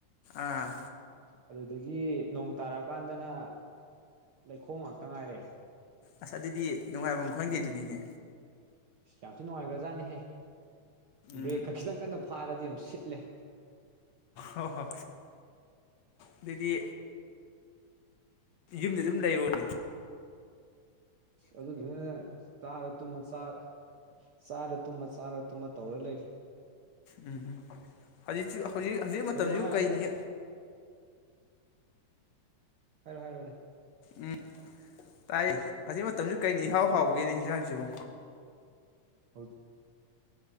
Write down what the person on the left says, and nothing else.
ꯑꯥ
ꯑꯁ ꯑꯗꯨꯗꯤ ꯅꯨꯡꯉꯥꯏꯕꯐꯝ ꯈꯪꯗꯦꯗꯨꯅꯤꯅꯦ
ꯎꯝ
ꯑꯣ ꯍ ꯑꯗꯨꯗꯤ ꯌꯨꯝꯗꯤ ꯑꯗꯨꯝ ꯂꯩꯌꯣꯅꯦ
ꯎꯝꯝ ꯍꯧꯖꯤꯛꯁꯨ ꯍꯧꯖꯤꯛ ꯍꯧꯖꯤꯛ ꯃꯇꯝꯁꯨ
ꯀꯩꯅꯤ
ꯎꯝ ꯇꯥꯏ ꯑꯁꯤ ꯃꯇꯝꯁꯨ ꯀꯩꯅ ꯏꯍꯥꯎ ꯍꯥꯎꯒꯦꯅꯦ ꯏꯟꯁꯥꯡꯁꯤꯕꯨ